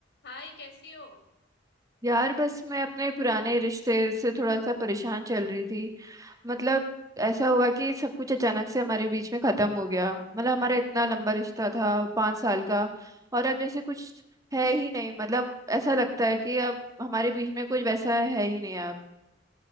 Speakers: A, on the left; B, on the right.
A: हाय कैसी हो
B: यार बस मैं अपने पुराने रिश्ते से थोड़ा सा परेशान चल रही थी मतलब ऐसा हुआ कि सब कुछ अचानक से हमारे बीच में खत्म हो गया मतलब हमारा इतना लंबा रिश्ता था पांच साल का और अब जैसे कुछ है ही नहीं मतलब ऐसा लगता है कि अब हमारे बीच में कुछ वैसा है ही नहीं